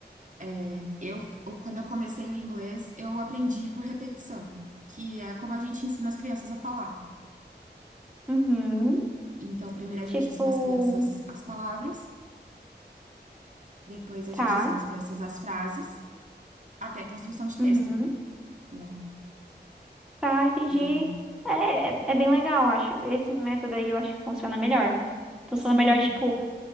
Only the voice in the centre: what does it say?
Uhum.
Tipo,
tá.
Uhum.
Tá, entendi.
É, é, é bem legal, eu acho. Esse método aí eu acho que funciona melhor. Funciona
melhor, tipo,